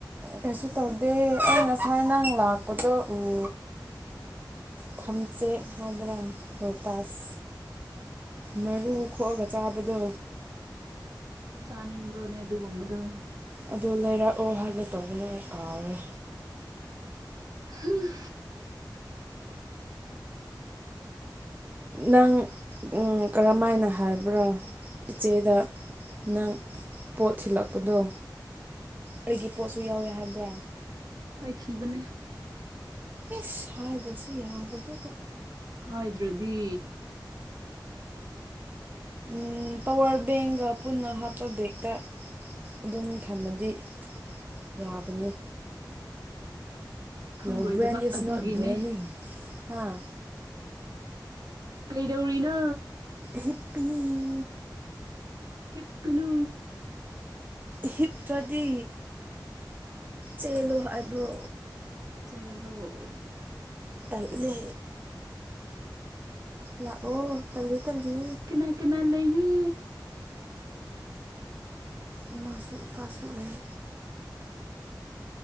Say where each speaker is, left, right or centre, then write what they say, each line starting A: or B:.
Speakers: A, on the right (about 25°); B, on the right (about 55°).
A: ꯀꯩꯁꯨ ꯇꯧꯗꯦ ꯑꯩ ꯉꯁꯥꯏ ꯅꯪ ꯂꯥꯛꯄꯗꯣ ꯎꯪ ꯊꯝꯆꯦꯠ ꯍꯥꯏꯕ꯭ꯔꯥ ꯂꯣꯇꯥꯁ ꯃꯔꯨ
B: ꯏꯁ
A: ꯈꯣꯛꯑꯒ ꯆꯥꯕꯗꯣ
B: ꯆꯥꯅꯤꯡꯕ꯭ꯔꯣꯅꯦ ꯑꯗꯨꯒꯨꯝꯕꯗꯣ
A: ꯑꯗꯨ ꯂꯩꯔꯛꯑꯣ ꯍꯥꯏꯒꯦ ꯇꯧꯕꯅꯦ ꯑꯩ ꯀꯥꯎꯔꯦ
B: ꯍꯨꯝ
A: ꯅꯪ ꯎꯝ ꯀꯔꯝ ꯃꯥꯏꯅ ꯍꯥꯏꯕ꯭ꯔꯥ ꯏꯆꯦꯗ ꯅꯪ ꯄꯣꯠ ꯊꯤꯜꯂꯛꯄꯗꯣ ꯑꯩꯒꯤ ꯄꯣꯠꯁꯨ ꯌꯥꯎꯋꯦ ꯍꯥꯏꯕ꯭ꯔꯥ
B: ꯍꯥꯏꯈꯤꯕꯅꯦ
A: ꯏꯁ ꯍꯥꯏꯗ꯭ꯔꯁꯨ ꯌꯕꯗꯨꯕꯨ
B: ꯍꯥꯏꯗ꯭ꯔꯗꯤ
A: ꯎꯝ ꯄꯋꯥꯔ ꯕꯦꯡꯒ ꯄꯨꯟꯅ ꯍꯥꯞꯄ ꯕꯦꯛꯇ ꯑꯗꯨꯝ ꯊꯝꯃꯗꯤ ꯌꯥꯕꯅꯤ
B: ꯈꯪꯂꯣꯏꯗꯕ
A: ꯌꯣꯔ ꯕ꯭ꯔꯦꯟ ꯏꯁ
B: ꯑꯗꯨꯒꯤꯅꯦ
A: ꯅꯣꯠ ꯕ꯭ꯔꯦꯟꯅꯤꯡ ꯍꯥꯥ
B: ꯀꯩꯗꯧꯔꯤꯅꯣ
A: ꯍꯤꯞꯄꯤ
B: ꯍꯤꯞꯀꯅꯨ
A: ꯍꯤꯞꯇ꯭ꯔꯗꯤ ꯆꯦꯜꯂꯨ ꯍꯥꯏꯕ꯭ꯔꯣ
B: ꯆꯦꯜꯂꯣ
A: ꯇꯜꯂꯦ ꯂꯥꯛꯑꯣ ꯇꯜꯂꯦ ꯇꯜꯂꯤ
B: ꯀꯅꯥ ꯀꯅꯥ ꯂꯩꯌꯦ
A: ꯏꯃꯥꯁꯨ ꯏꯄꯥꯁꯨ ꯂꯩ